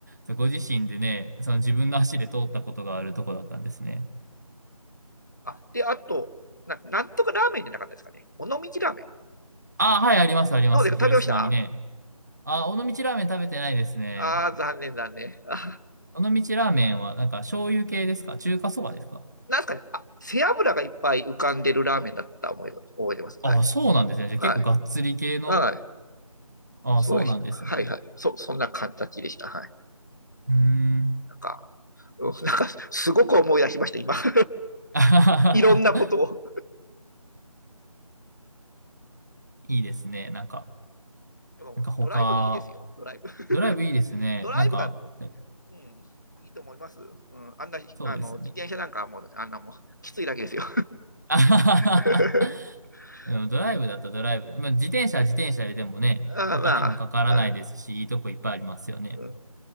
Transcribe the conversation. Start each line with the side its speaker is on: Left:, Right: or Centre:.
Right: は <laughs> ご自身でね、その自分の足で通ったことがあるとこだったんですね。
Left: <laughs> あ、で、あと、ななんとかラーメンじゃなかったですかね。尾道ラーメン。
Right: あ、はい、あります、あります。
Left: どうですか食べました
Right: 広島にね。あ、尾道ラーメン食べてないですね。
Left: ああー、残念、残念。あ
Right: 尾道ラーメンは、なんか醤油系ですか中華そばですか
Left: なんですかね。あ、背脂がいっぱい浮かんでるラーメンだった思い、覚えてます。
Right: あ、
Left: はい。
Right: そうなんですね。じゃあ結構がっつり系の。
Left: はい。はい。
Right: あ、
Left: そうでした。
Right: そうなんですね。
Left: はい、はい。そ、そんな形でした。はい。
Right: うーん。
Left: なんか、うんなんか、すごく思い出しました、今。<laughs>
Right: <laughs> あはははは
Left: いろんなことを。
Right: いいですね。なんか、
Left: でも、
Right: なんか他、
Left: ドライブいいですよ、ドライブ。<laughs>
Right: ドライブいいですね。
Left: ドライブがも
Right: なんか、え
Left: う、うん、いいと思います。うん、あんな、
Right: そうですね。
Left: あの、自転車なんかもう、あんなもう、きついだけですよ。
Right: <laughs> あははは
Left: <laughs>
Right: うんドライブだったらドライブ。
Left: うん、
Right: まあ、自転車は自転車ででもね、
Left: あまあ、
Right: お金もかからないですし、
Left: うん、
Right: いいとこいっぱいありますよね。
Left: うんうん、